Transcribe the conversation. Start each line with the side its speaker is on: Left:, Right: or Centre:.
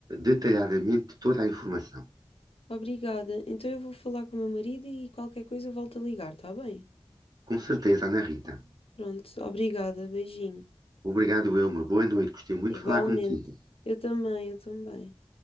Right: detalhadamente toda a informação.
Left: Obrigada. Então eu vou falar com o meu marido e qualquer coisa eu volto a ligar, tá bem?
Right: Com certeza, Ana Rita.
Left: Pronto, obrigada, beijinho.
Right: Obrigado, eu. Uma boa noite. Gostei muito
Left: Igualmente.
Right: de falar contigo.
Left: Eu também, eu também.